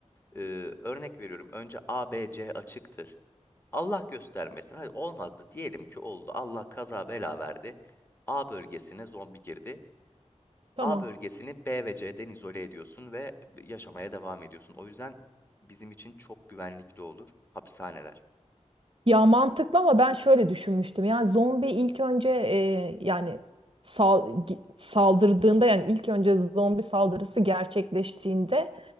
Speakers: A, on the left; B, on the right.
A: e, örnek veriyorum. Önce A, B, C açıktır. Allah göstermesin. Hadi olmazdı. Diyelim ki oldu. Allah kaza bela verdi. A bölgesine zombi girdi.
B: Tamam.
A: A bölgesini B ve C'den izole ediyorsun ve yaşamaya devam ediyorsun. O yüzden bizim için çok güvenlikli olur hapishaneler.
B: Ya mantıklı ama ben şöyle düşünmüştüm. Yani zombi ilk önce e, yani sal- gi- saldırdığında yani ilk önce zombi saldırısı gerçekleştiğinde